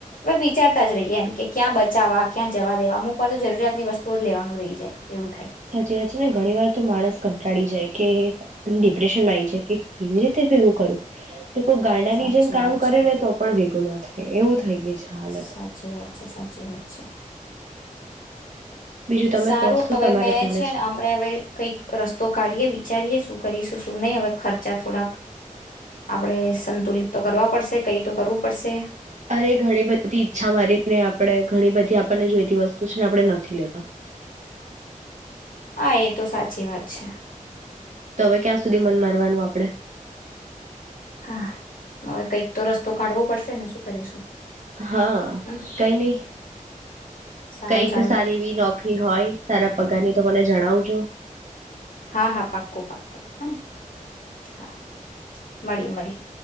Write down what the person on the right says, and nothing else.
સાચી વાત છે ને ઘણી વાર તો માણસ કંટાળી જાય કે ડિપ્રેશનમાં આવી જાય કે કેવી રીતે ભેગું કરું. કોઈ ગાડાની
જેમ કામ
કરે
ને તો પણ ભેગું નથી એવું થઈ ગઈ છે હાલત
બીજું તમે
કહો શું
તમારે
ચાલે
અરે ઘણી બધી ઈચ્છા મારીને આપણે ઘણી બધી આપણને જોઈતી વસ્તુ છે ને આપણે નથી લેતા.
તો હવે ક્યાં સુધી મન મારવાનું આપણેે.
હા
કઈ નઈ
કઈક
સારી એવી નોકરી હોય. સારા પગારની તો મને જણાવજો.